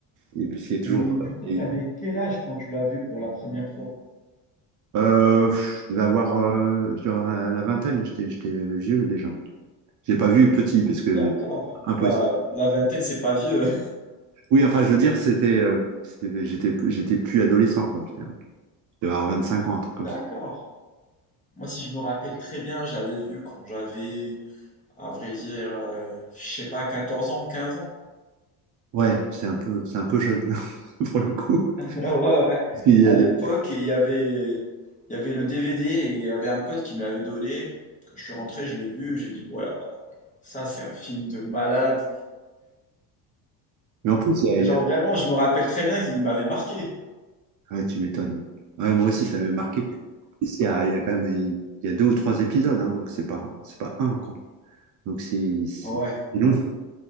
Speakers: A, on the right (about 50°); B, on the left (about 20°).
A: Et puisqu'il y a toujours.
B: Et du
A: euh,
B: coup,
A: et-
B: t'avais quel âge quand tu l'as vu pour la première fois?
A: Euh, pff, je devais avoir, euh, je dois avoir la, la vingtaine, j'étais j'étais vieux déjà. J'ai pas vu petit parce que
B: D'accord.
A: impossible.
B: Bah, la vingtaine, c'est pas vieux. <laughs>
A: Oui, enfin, je veux dire, c'était, euh, c'était- j'étais, j'étais plus adolescent, quoi. J'étais, je devais avoir 25 ans, un truc
B: D'accord.
A: comme ça.
B: Moi, si je me rappelle très bien, je l'avais vu quand j'avais, à vrai dire, euh, je sais pas, 14 ans, 15 ans.
A: Ouais, c'est un peu, c'est un peu jeune <laughs> pour le coup.
B: Ah Ouais, ouais.
A: Parce qu'il y
B: À
A: a des...
B: l'époque, il y avait, il y avait le DVD et il y avait un pote qui me l'avait donné. Quand je suis rentré, je l'ai vu, j'ai dit, ouais, oh, ça c'est un film de malade.
A: Mais en plus, il y a...
B: Mais
A: il
B: genre
A: y a-
B: vraiment, je me rappelle très bien qu'il m'avait marqué.
A: Ah, tu m'étonnes. ouais. Ouais, moi aussi, ça m'avait marqué. En plus, il y a, il y a quand même il y a deux ou trois épisodes, hein, donc c'est pas, c'est pas un, quoi. Donc c'est c'est-
B: Ouais.
A: c'est long.